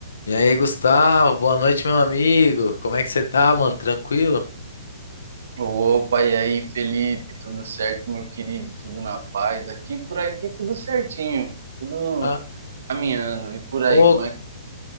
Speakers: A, on the left (about 80°); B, on the right (about 70°).
A: E aí, Gustavo, boa noite, meu amigo. Como é que você tá, mano? Tranquilo?
B: Opa, e aí, Felipe? Tudo certo, meu querido? Tudo na paz? Aqui por aqui tudo certinho, tudo
A: Ah,
B: caminhando. E por aí,
A: ô,
B: como é que